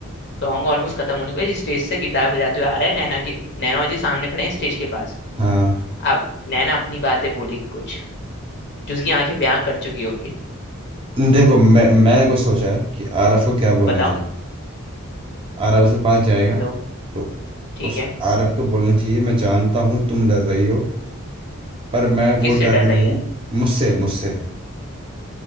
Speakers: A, on the left; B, on the right.
A: सॉन्ग ऑलमोस्ट खत्म होने को है जिस स्टेज से गिटार बजाते हुए आ रहा है नैना की नैना और जी सामने खड़े हैं स्टेज के पास
B: हाँ।
A: अब नैना अपनी बातें बोलेगी कुछ जो उसकी आंखें ब्याह कर चुकी होगी
B: देखो मैं मैंने कुछ सोचा है कि आरफ को क्या बोलना
A: बताओ
B: चाहिए आरफ उसके पास जाएगा
A: बताओ
B: तो
A: ठीक
B: उस
A: है
B: आरफ को बोलना चाहिए मैं जानता हूँ तुम डर रही हो पर मैं
A: किससे
B: वो डर
A: डर
B: नहीं
A: रही है
B: मुझसे मुझसे